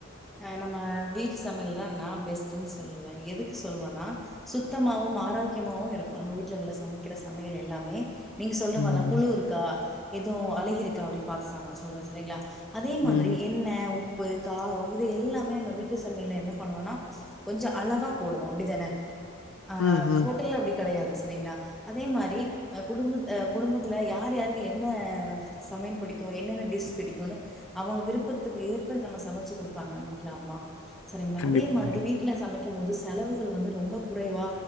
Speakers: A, in the centre; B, on the left (about 75°).
A: அ நம்ம வீட்டு சமையல் தான் நான் பெஸ்ட்டுனு சொல்லுவேன் எதுக்கு சொல்லுவன்னா சுத்தமாவும் ஆரோக்கியமாவும் இருக்கு நம்ம் வீட்ல உள்ள சமைக்கிற சமையல் எல்லாமே நீங்க சொல்ற
B: ம்.
A: மாரிதான் புழு இருக்கா எதுவும் அழகி இருக்கா அப்படின்னு பாத்து சநான் சொல்றேன் சரிங்களா அதே மாதிரி
B: ம்.
A: என்ன உ உப்பு காரம் இது எல்லாமே நம்ம வீட்டு சமையல்ல என்ன பண்ணுவோம்னா கொஞ்சம் அளவா போடுவோ அப்படிதானே ஆ
B: ம். ம்.
A: ஹோட்டல அப்படி கிடையாது சரிங்களா அதே மாரி குடும்ப குடும்பத்தில யார் யாருக்கு என்ன ச மேல் புடிக்கும் என்னென்ன டிஷ் பிடிக்கும்னு அவங்க விருப்பத்துக்கு ஏற்ப நம்ம சமைச்சு கொடுப்பாங்க வீட்ல அம்மா சரிங்கலா
B: கண்டிப்பா,
A: அதே மாதிரி
B: கண்டிப்பா.
A: வீட்டுல சமைக்க கும் போது செலவுகள் வந்து ரொம்ப குறைவா